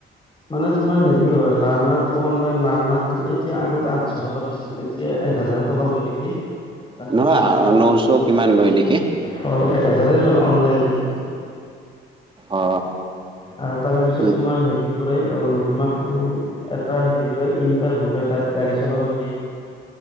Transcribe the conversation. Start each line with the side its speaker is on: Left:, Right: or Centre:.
Left: মানে তোমাৰ হেৰি হয়, লাৰনাৰ। ত অনলাইন লাৰ্নাৰ এতিয়া আগতে আঠশ টকা লৈছিল, এতিয়া এক হাজাৰ টকা লয় নেকি। তাৰে
Right: নহয়
Left: পিছত তোমাৰ
Right: নশ কিমান লয় নেকি
Left: হয়, এক হোজাৰে লয় অনলাইন হেৰিটো তোমাৰ।
Right: অ
Left: আৰু তাৰে পিছত
Right: উম
Left: তোমাৰ হেৰি তোৰে অ তোমাকো এটা হেৰি লয় ইণ্টাৰভিউ লৈ তাত গাড়ী চলাব দিয়ে।